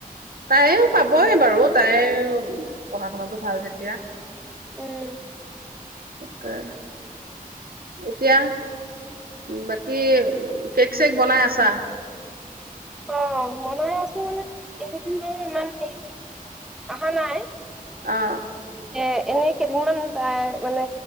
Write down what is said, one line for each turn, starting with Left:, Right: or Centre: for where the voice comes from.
Right: তাইও পাবই বাৰু তাই পঢ়া শুনাটো ভাল যেতিয়া।
Centre: উম।
Right: তাকে এতিয়া বাকী কেক চেক বনাই আছা
Centre: অ বনাই আছো মানে এইকেইদিন বাৰু ইমান হেৰি অহা নাই।
Right: অ
Centre: এ এনে কেইদিনমান এ মানে